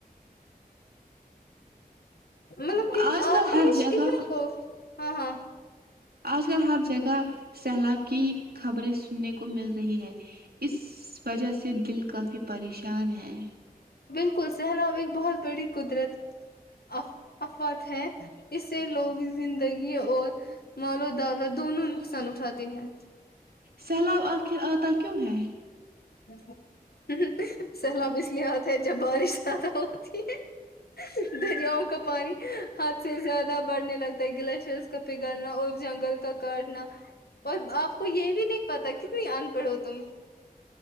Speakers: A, on the left (about 80°); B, on the right (about 80°).
A: مطلب کے
B: آج کل
A: پریش
B: ہر جگہ
A: کتنی ہو ہاں ہاں
B: آج کل ہر جگہ سیلاب کی خبریں سننے کو مل رہی ہے اس وجہ سے دل کافی پریشان ہے
A: بالکل سیلاب ایک بہت بڑی قدرت آف آفات ہے اس سے لوگوں کی زندگی اور مال و دولت دونوں نقصان اٹھاتے ہیں
B: سیلاب آخر آتا کیوں ہیں
A: ہ سیلاب اس لیے آتے ہے جب بارش زیادہ ہو تی ہے ہ ه ہے دریاؤں کا پانی حد سے زیادہ بڑھنے لگتا ہے گلیشرس کا پگھلنا اور جنگل کا کاٹ نا اور آپ کو یہ بھی نہیں پتا کتنی ان پڑھ ہو تم